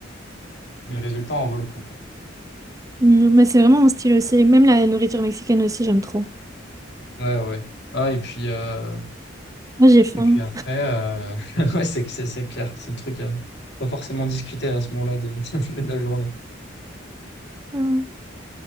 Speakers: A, on the left; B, on the right.
A: mais le résultat en vaut le coup, quoi.
B: Mm, Mais c'est vraiment mon style aussi. Même la nourriture mexicaine aussi, j'aime trop.
A: Ouais, ouais. Ah, et puis, euh,
B: Moi, j'ai faim.
A: et puis après, euh, <laughs> ouais, c'est, c'est, c'est clair. C'est le truc à pas forcément discuter à ce moment-là de, <laughs> de la journée.
B: Hmm.